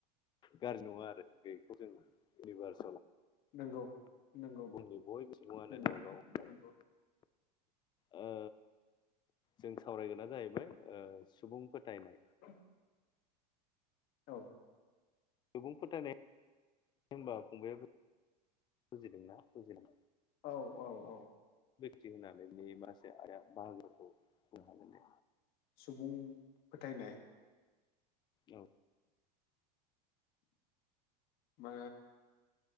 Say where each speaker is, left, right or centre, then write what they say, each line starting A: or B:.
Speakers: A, on the left (about 20°); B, on the left (about 45°).
A: गाज्रि नङा आरो बि जों इउनिभार्स
B: नंगौ नंगौ
A: बुहुमनि बयबो सुबुङानो
B: नंगौ
A: गावबा गावहाय
B: नंगौ
A: ओ जों सावरायगोना जाहैबाय ओ सुबुं फोथायनाय
B: लांदां औ
A: सुबुं फोथायनाय होनबा फंबायाबो बुजिदोंना बुजिना
B: औ औ औ
A: <unintelligible> होनानै माखासे आरो बाहागोखौ होनो हागोन दे
B: सुबुं फोथायनाय
A: औ
B: मा